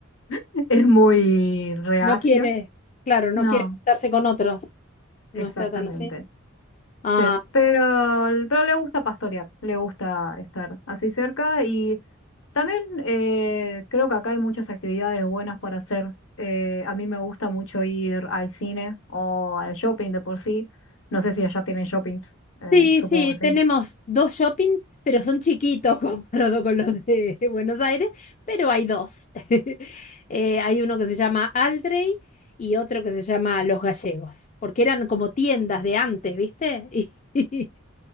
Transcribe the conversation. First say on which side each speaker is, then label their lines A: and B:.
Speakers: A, on the left; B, on the left.
A: <laughs> es muy reacia.
B: No quiere, claro, no
A: No,
B: quiere juntarse con otros. No
A: exactamente.
B: está tan así. Ah,
A: Sí, pero, pero le gusta pastorear, le gusta estar así cerca y también eh, creo que acá hay muchas actividades buenas para hacer. Eh, a mí me gusta mucho ir al cine o al shopping de por sí. No sé si allá tienen shoppings, eh,
B: sí,
A: supongo
B: sí,
A: que sí.
B: tenemos dos shopping, pero son chiquitos <laughs> comparado con los de Buenos Aires, pero hay dos. <laughs> Eh, hay uno que se llama Aldrey y otro que se llama Los Gallegos, porque eran como tiendas de antes, ¿viste? <laughs> Y,